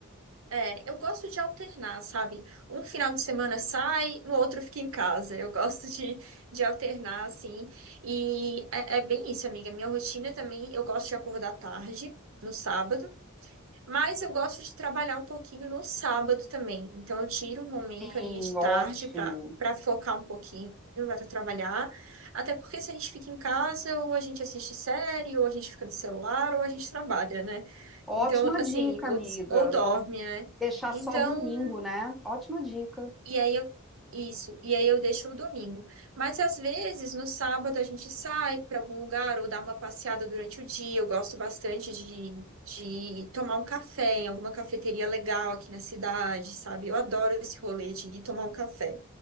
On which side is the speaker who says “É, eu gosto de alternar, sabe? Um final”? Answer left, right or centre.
Right